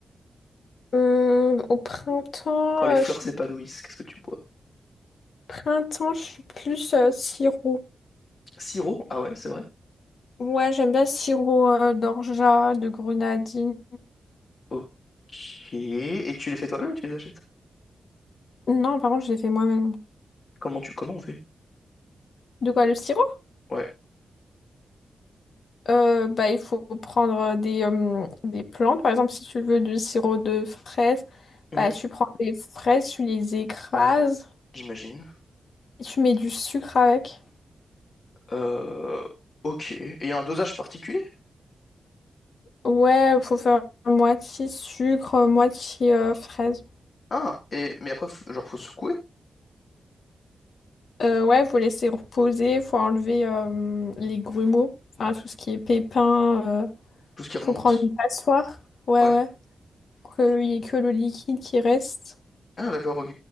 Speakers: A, on the left; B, on the left.
A: Hum, au printemps,
B: Quand les
A: euh,
B: fleurs
A: je suis...
B: s'épanouissent, qu'est-ce que tu bois?
A: printemps, je suis plus euh, sirop.
B: Sirop? Ah ouais, c'est vrai.
A: Ouais, j'aime bien sirop euh, d'orgeat, de grenadine.
B: Ok. Et tu les fais toi-même ou tu les achètes?
A: Non, par contre, je l'ai fait moi-même.
B: Comment tu, comment on fait?
A: De quoi le sirop?
B: Ouais.
A: Euh, bah, il faut prendre euh, des, euh, des plantes. Par exemple, si tu veux du sirop de fraise,
B: Mhm.
A: bah, tu prends des fraises, tu les écrases
B: J'imagine.
A: et tu mets du sucre avec.
B: Euh, ok. Et il y a un dosage particulier?
A: Ouais, faut faire moitié sucre, moitié euh, fraise.
B: Ah, et, mais après, f- genre, faut secouer
A: Euh, ouais, faut laisser reposer, faut enlever euh, les grumeaux, enfin tout ce qui est pépins. euh,
B: tout ce qui remonte.
A: faut prendre une passoire. Ouais,
B: Ouais.
A: ouais, pour qu'il y ait que le liquide qui reste.
B: Ah, d'accord, ok.